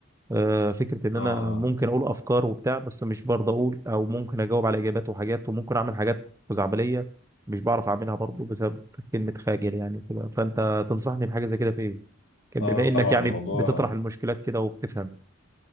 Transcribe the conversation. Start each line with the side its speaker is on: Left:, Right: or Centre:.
Right: آه، فكره ان
Left: اه
Right: انا ممكن اقول افكار وبتاع بس مش برضه اقول او ممكن اجاوب على اجابات وحاجات وممكن اعمل حاجات خزعبليه مش بعرف اعملها برضه بسبب كلمه خاجل يعني وكده فانت تنصحني بحاجه زي كده في ايه؟ كان
Left: اه
Right: بما انك
Left: طبعا
Right: يعني
Left: الموضوع
Right: بتطرح المشكلات كده وبتفهم